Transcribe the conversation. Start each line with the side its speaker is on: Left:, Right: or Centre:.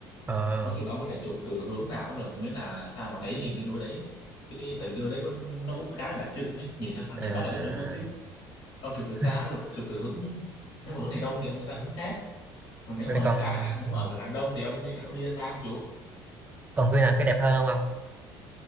Right: ờ
Left: nói chung là ông có thể chụp từ hướng nào cũng được miễn là sao mà thấy hình cái núi đấy cái, tại vì cái núi đấy có, nó cũng khá là đặc trưng đấy nhìn phát
Right: à
Left: nhìn phát là biết núi Phú Sĩ ông chụp từ xa
Right: <laughs>
Left: cũng được chụp từ hướng nếu mà hướng này đông thì ông ra hướng khác còn nếu
Right: rồi
Left: mà
Right: còn
Left: xa nếu
Right: ừ.
Left: mà ở gần đông thì ông đi ông đi ra xa ông chú
Right: còn view nào cái đẹp hơn không ông